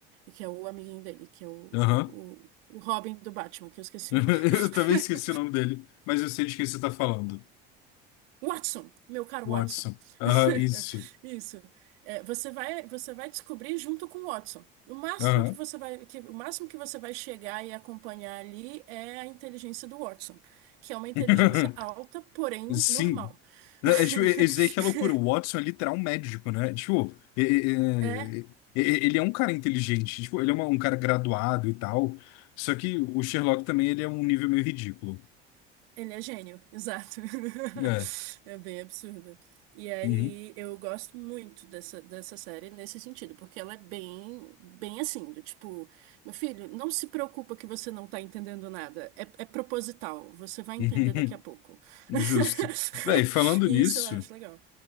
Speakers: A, on the right; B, on the left.
A: que é o amiguinho dele, que é o, o,
B: Aham.
A: o, o Robin do Batman, que eu esqueci
B: <laughs> Eu
A: o nome. <laughs>
B: também esqueci o nome dele, mas eu sei de quem você tá falando.
A: Watson, meu caro
B: Watson.
A: Watson.
B: Ah,
A: <laughs>
B: isso.
A: Isso. É, você vai, você vai descobrir junto com o Watson. O máximo
B: Aham.
A: que você vai, que, o máximo que você vai chegar e acompanhar ali é a inteligência do Watson, que é uma inteligência
B: <laughs>
A: alta, porém
B: Sim.
A: normal. <laughs>
B: É, tipo, é- tipo, é isso aí que é loucura. O Watson é literal um médico, né? Tipo, é- é-
A: É,
B: é- é- ele é um cara inteligente. Tipo, ele é uma- um cara graduado e tal. Só que o Sherlock também ele é um nível meio ridículo.
A: Ele é gênio, exato. <laughs>
B: É.
A: É bem absurdo. E aí
B: Uhum.
A: eu gosto muito dessa, dessa série nesse sentido, porque ela é bem, bem assim, do tipo, meu filho, não se preocupa que você não tá entendendo nada. É, é proposital, você vai
B: <laughs>
A: entender daqui a pouco.
B: Justo.
A: <laughs>
B: Véi, falando
A: E
B: nisso,
A: isso eu acho legal.